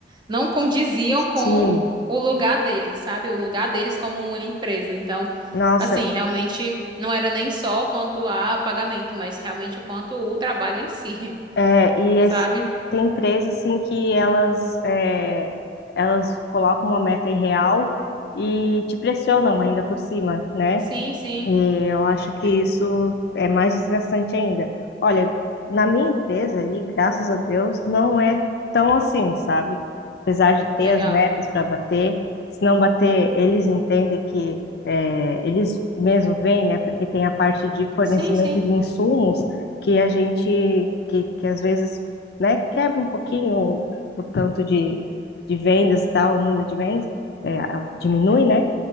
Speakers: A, on the right; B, on the left.
A: não condiziam com
B: sim,
A: o lugar deles, sabe? O lugar deles como uma empresa. Então,
B: nossa,
A: assim, realmente não era nem só quanto a pagamento, mas realmente quanto o trabalho em si. <laughs>
B: é, e esse,
A: sabe?
B: tem empresas, assim, que elas, é, elas colocam uma meta irreal e te pressionam ainda por cima, né?
A: Sim, sim,
B: Eu acho que isso é mais desgastante ainda. Olha, na minha empresa ali, graças a Deus, não é tão assim, sabe? Apesar de ter
A: legal.
B: as metas para bater, se não bater, eles entendem que é, eles mesmo vêm né? Porque tem a parte de fornecimento
A: Sim, sim,
B: de insumos que a gente, que, que às vezes, né, quebra um pouquinho o, o tanto de, de vendas e tal, o número de vendas, é, diminui, né?